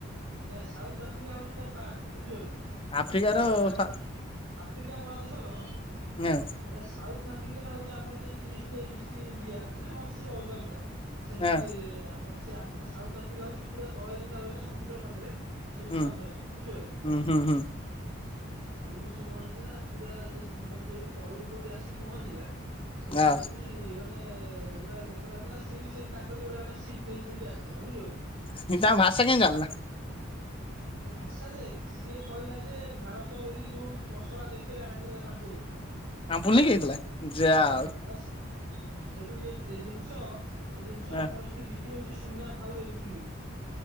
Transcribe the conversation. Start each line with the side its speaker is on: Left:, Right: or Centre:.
Right: ନାଇଁ ସାଉଥ ଆଫ୍ରିକା ହଉଛି ଗୋଟେ ପାର୍ଟ ବୁଝିପାରୁଛ।
Left: ଆଫ୍ରିକାର
Right: ତଳେ ପୁରା
Left: ସା
Right: ଆଫ୍ରିକା ମହାଦେଶର।
Left: ଏଁ
Right: ମାନେ ସାଉଥ୍ ଆଫ୍ରିକା ଟା ହଉଛି ଆମର ଯେମିତି ଇଷ୍ଟ ଇଷ୍ଟି ଇଣ୍ଡିଆ ଅଛି ସବୁ ଅଲଗା ଅଲଗା। ସେମିତି
Left: ଏଁ
Right: ଆମର ସେ ମାନେ ସାଉଥ ଆଫ୍ରିକା ହଉଛି ପୁରା ତଳେ ଯୋଉଟା ରହିଲା ସମୁଦ୍ର ପାଖରେ। ସିଏବି ସାଉଥ
Left: ଉଁ
Right: ଆଫ୍ରିକା ବୁଝୁପାରୁଛ।
Left: ଉଁ ହୁଁ ହୁଁ
Right: ସେଇଠୁ ସିଏ କଣ ହେଇଛିନା ପୁରା ମାନେ ଯୋଉଠି ତଳକୁ ଯୋଉଠି ଆସିକି ପହଞ୍ଚିଲା। ସେଠୁ
Left: ଆ
Right: ସେଠି। ମାନେ ଗୋଟେ ଲୋକଟା ଥିଲା ସିଏ ବି ସେମିତି ତାଙ୍କରି ଭଳିଆ ଗୋଟେ ସିପ୍ ନେଇକି ସେଠି ଆସିଥିଲା ବୁଝିପାରୁଛ।
Left: ତାଙ୍କ ଭାଷା କେମିତି ଜାଣିଲା।
Right: ଏ ଭାଷା ଯେ ସିଏ କହିଲା ଯେ ଭାରତ ବୋଲି ଯୋଉ ମସଲା ଦେଖେଇଲା ଆଣିଥିଲା ସାମ୍ପୁଲ।
Left: ଆମ୍ପୁଲ
Right: ହେଲା
Left: ନେଇକି ଆଇଥିଲା ଯା
Right: ହଁ
Left: ହଉ
Right: ଅସା। ସେଠୁ ଇଏ ଏ ଜିନିଷ ଏ ଜିନିଷ ଆମର
Left: ଏଁ
Right: ସେଠି ବିକ୍ରି ହଉଛି ସୁନା ଭାଉରେ ବିକ୍ରି ହଉଚି।